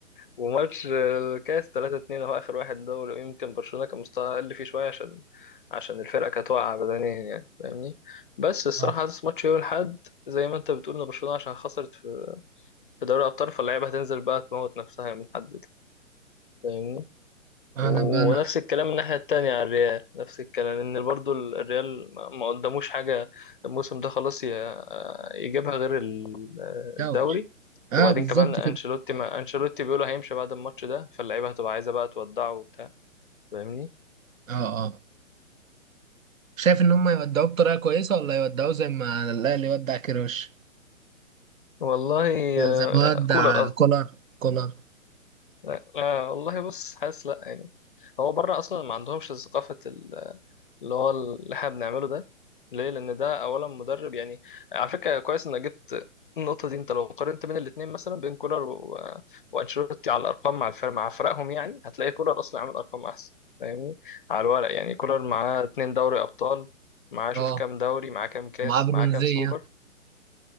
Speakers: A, on the left; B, on the right.
A: وماتش الكاس 3-2 اهو اخر واحد ده ولو يمكن برشلونة كان مستواها اقل فيه شوية عشان عشان الفرقة كانت واقعة بدنيا يعني فاهمني بس الصراحة
B: اه
A: حاسس ماتش يوم الأحد زي ما انت بتقول ان برشلونة عشان خسرت في في دوري الأبطال فاللعيبة هتنزل بقى تموت نفسها من الحد ده فاهمني
B: انا
A: و-
B: بقى انا
A: ونفس الكلام الناحية التانية على الريال نفس الكلام ان برضو ال- الريال ما ما قدموش حاجة الموسم ده خلاص ي- يجيبها غير ال-
B: دوري
A: الدوري
B: اه
A: وبعدين
B: بالظبط
A: كمان انشيلوتي
B: كده
A: ما انشيلوتي بيقولوا هيمشي بعد الماتش ده فاللعيبة هتبقى عايزة بقى تودعه وبتاع فاهمني
B: اه اه شايف ان هم يودعوه بطريقه كويسه ولا يودعوه زي ما الاهلي يودع كيروش
A: والله آه،
B: زي ما ودع
A: كولر قصدي
B: كولر كولر
A: لا لا، والله بص حاسس لا يعني هو بره اصلا ما عندهمش ثقافة اللي هو اللي احنا بنعمله ده ليه لان ده اولا مدرب يعني على فكره كويس انك جبت النقطه دي انت لو قارنت بين الاثنين مثلا بين كولر و... وانشيلوتي على الارقام مع الفرق مع فرقهم يعني هتلاقي كولر اصلا عامل ارقام احسن فاهمني على الورق يعني كولر معاه اتنين دوري ابطال معاه شوف
B: اه
A: كام دوري معاه كام كاس
B: ومعاه برونزيه
A: معاه كام سوبر